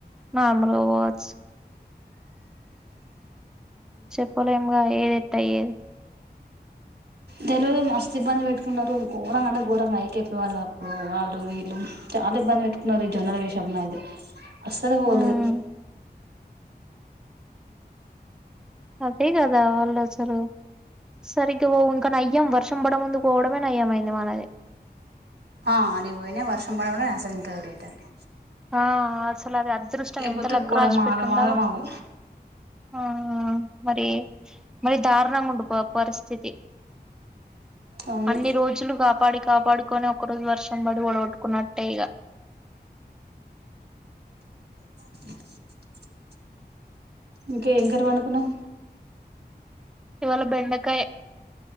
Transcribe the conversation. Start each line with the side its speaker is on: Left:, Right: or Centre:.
Centre: మామూలుగా వోవచ్చు చెప్పలేంగా ఏది ఎట్ అయ్యేది
Right: తెలియదు మస్తు ఇబ్బంది పెట్టుకున్నారు ఘోరంగా అంటే ఘోరంగా అయితేయిపు వాళ్లకు వాళ్ళు వీళ్ళు చాలా ఇబ్బంది పెట్టుకున్నారు, ఈ జనాల విషయంలో అయితే అస్సలు వోలే
Centre: ఉమ్ అదే కదా వాళ్ళు అసలు సరిగ్గావోవు ఇంకా నయ్యాం వర్షం పడ ముందు పోవడమే నయ్యమయింది మనది.
Right: ఆ ఆడిగి వోయిన వర్షం పడుడే అసలు ఇంకా డేటంది
Centre: ఆ అసలు అది అదృష్టం
Right: లేకపోతే
Centre: ఎంత లక్కు
Right: ఘోరం
Centre: రాసి పెట్టి
Right: ఆగం
Centre: ఉండాల
Right: ఆగం అవు
Centre: ఆ మరి, మరి ధారుణంగా ఉండు పో పరిస్థితి
Right: అవును
Centre: అన్ని రోజులు కాపాడి కాపాడుకొని ఒకరోజు వర్షం పడి వుడగొట్టుకున్నట్టే ఇగ
Right: అ ఇంకా ఇంకేడ వనుకున్నావ్
Centre: ఇవాళ బెండకాయ్